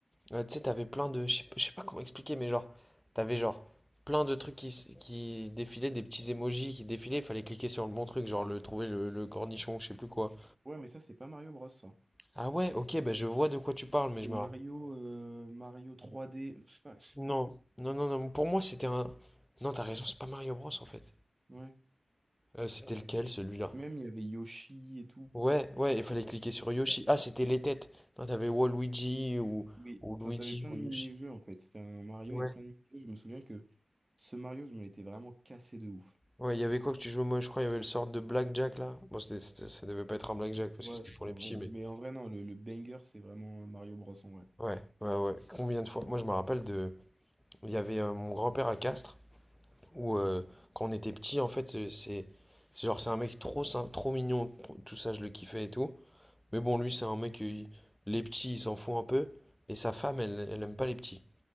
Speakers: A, in the centre; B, on the right.
A: euh, tu sais, t'avais plein de... Je sais pas je sais pas comment expliquer, mais genre... T'avais genre plein de trucs qui, s- qui défilaient, des petits emojis qui défilaient. Il fallait cliquer sur le bon truc, genre le trouver le, le cornichon, je sais plus quoi.
B: ouais, mais ça, c'est pas Mario Bros. ça.
A: Ah ouais, ok, bah je vois de quoi tu parles,
B: C'est
A: mais je
B: Mario,
A: me... rapp-
B: euh, Mario 3D. Je sais pas, je sais plus.
A: Non, non, non, non, pour moi c'était un... Non, t'as raison, c'est pas Mario Bros en fait.
B: Ouais.
A: Euh, c'était lequel celui-là?
B: Même il y avait Yoshi et tout.
A: Ouais, ouais, il fallait cliquer sur Yoshi. Ah, c'était les têtes. Non, t'avais Waluigi ou,
B: Oui.
A: ou Luigi
B: Enfin, t'avais plein
A: ou
B: de mini-jeux
A: Yoshi.
B: en fait. C'était un Mario
A: Ouais.
B: avec plein de mini-jeux. Je me souviens que ce Mario, je me l'étais vraiment cassé de ouf.
A: Ouais, il y avait quoi que tu jouais? Moi, je crois il y avait le sort de Blackjack là. Bon, c'était, c'était- ça devait pas être un Blackjack parce
B: Ouais,
A: que c'était pour les
B: enfin,
A: petits,
B: euh,
A: mais.
B: mais en vrai, non, le, le banger, c'est vraiment euh, Mario Bros. en vrai.
A: Ouais, ouais, ouais. Combien de fois? Moi, je me rappelle de. Il y avait euh, mon grand-père à Castres. Ou euh, quand on était petit, en fait, euh, c'est c'est genre c'est un mec trop sym- trop mignon, trop- tout ça je le kiffais et tout. Mais bon, lui c'est un mec, euh, il- les petits il s'en fout un peu et sa femme elle elle aime pas les petits.